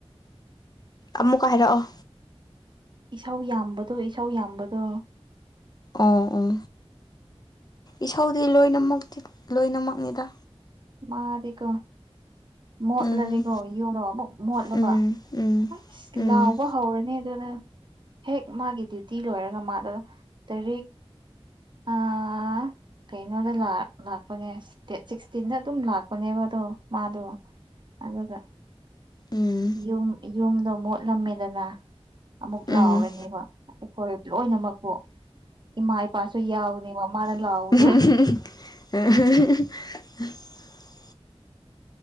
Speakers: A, on the left; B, on the right.
A: ꯑꯃꯨꯛꯀꯥꯏ ꯍꯥꯏꯔꯛꯑꯣ
B: ꯏꯁꯧ ꯌꯥꯝꯕꯗꯣ ꯏꯁꯥꯎ ꯌꯥꯝꯕꯗꯣ
A: ꯑꯣ ꯑꯣ ꯏꯁꯧꯗꯤ ꯂꯣꯏꯅ ꯂꯣꯏꯅꯃꯛꯅꯤꯗ
B: ꯃꯥꯗꯤꯀꯣ ꯃꯣꯠꯂꯗꯤꯀꯣ
A: ꯎꯝ
B: ꯌꯨꯅꯣ ꯑꯃꯨꯛ ꯃꯣꯠꯂꯨꯕ
A: ꯎꯝ ꯎꯝ
B: ꯑꯁ
A: ꯎꯝ
B: ꯂꯥꯎꯕ ꯍꯧꯔꯅꯤ ꯑꯗꯨꯅ ꯍꯦꯛ ꯃꯥꯒꯤ ꯗ꯭ꯌꯨꯇꯤ ꯂꯣꯏꯔꯒ ꯃꯥꯗ ꯇꯔꯤꯦꯛ ꯑꯥ ꯀꯩꯅꯣꯗ ꯂꯥꯛꯄꯅꯦ ꯗ ꯁꯤꯛꯁꯇꯤꯟꯗ ꯑꯗꯨꯝ ꯂꯥꯛꯄꯅꯦꯕ ꯑꯗꯣ ꯃꯥꯗꯣ ꯑꯗꯨꯒ
A: ꯎꯝ
B: ꯌꯨꯝ ꯌꯨꯝꯗꯣ ꯃꯣꯠꯂꯝꯃꯤꯗꯅ ꯑꯃꯨꯛ
A: ꯎꯝ
B: ꯂꯥꯎꯔꯅꯦꯕ ꯑꯩꯈꯣꯏ ꯂꯣꯏꯅꯃꯛꯄꯨ ꯏꯃꯥ ꯏꯄꯥꯁꯨ ꯌꯥꯎꯅꯦꯕ ꯃꯥꯅ ꯂꯥꯎꯕꯗꯣ
A: ꯝ